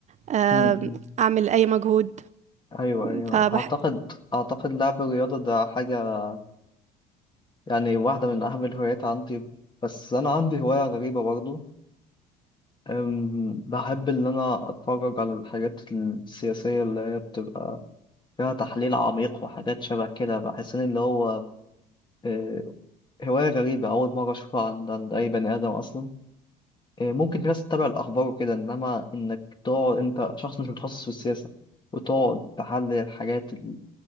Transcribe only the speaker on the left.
م- م.
أيوه أيوه
أعتقد أعتقد لعب الرياضة ده حاجة يعني واحدة من أهم الهوايات عندي بس أنا عندي هواية غريبة برضو أم، بحب إن أنا أتفرج على الحاجات السياسية اللي هي بتبقى فيها تحليل عميق وحاجات شبه كده بحس إن اللي هو أه، هواية غريبة أول مرة أشوفها عند عند أي بني آدم أصلا أه، ممكن في ناس تتابع الأخبار وكده إنما إنك تقعد أنت شخص مش متخصص في السياسة وتقعد تحلل الحاجات ال-